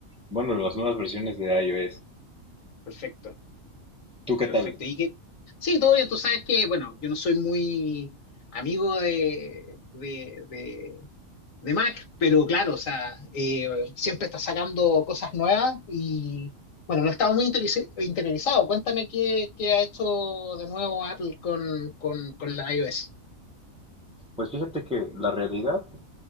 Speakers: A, in the centre; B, on the left (about 75°).
A: bueno, las nuevas versiones de iOS.
B: Perfecto,
A: ¿Tú qué
B: perfecto.
A: tal?
B: Y que, sí, todo bien. Tú sabes que, bueno, yo no soy muy amigo de, de, de, de Mac, pero claro, o sea, eh, siempre está sacando cosas nuevas y, bueno, no estaba muy interesi- interiorizado. Cuéntame qué, qué ha hecho de nuevo Apple con, con, con la iOS.
A: Pues fíjate que la realidad,